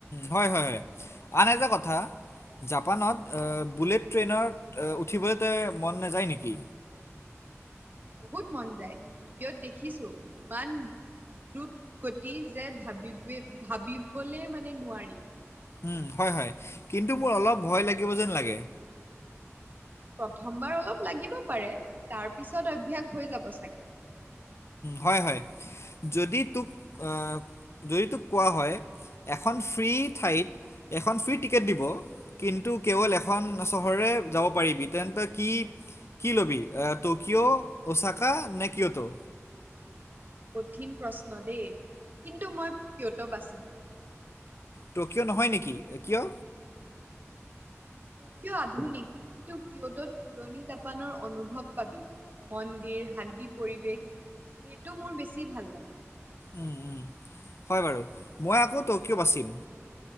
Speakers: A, on the left; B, on the right.
A: হয় হয় হয় আন এটা কথা। জাপানত বুলেট ট্ৰেইনত উঠিবলৈ তই মন নাযায় নেকি।
B: <inaudible> বহুত মন যায় ভিডিঅ'ত দেখিছো ইমান দ্ৰুত গতি যে ভাবিব ভাবিবলৈ মানে নোৱাৰি
A: উম হয় হয় কিন্তু মোৰ অলপ ভয় লাগিব যেন লাগে।
B: প্ৰথমবাৰ অলপ লাগিব পাৰে তাৰ পিছত অভ্যাস হৈ যাব চাগে।
A: হয় হয় যদি তোক যদি তোক যদি তোক কোৱা হয়। এখন ফ্ৰী ঠাইত এখন ফ্ৰী টিকেট দিব কিন্তু কেৱল এখন চহৰৰে যাব পাৰিবি তেন্তে কি কি ল'বি ত কিয় চাকা নে কিয় ত
B: কঠিন প্ৰশ্ন দেই কিন্তু মই কিয়ত বাচিম
A: টকিঅ' নহয় নেকি কিয়
B: টকিঅ' আধুনিক কিন্তু কিয় তত পুৰণি জাপানৰ অনুভৱ পাবি। মন্দিৰ শান্তি পৰিৱেশ সেইটো মোৰ বেছি ভাল লাগে। <inaudible>
A: উম, উম। হয় বাৰু মই আকৌ টকিঅ' বাচিম।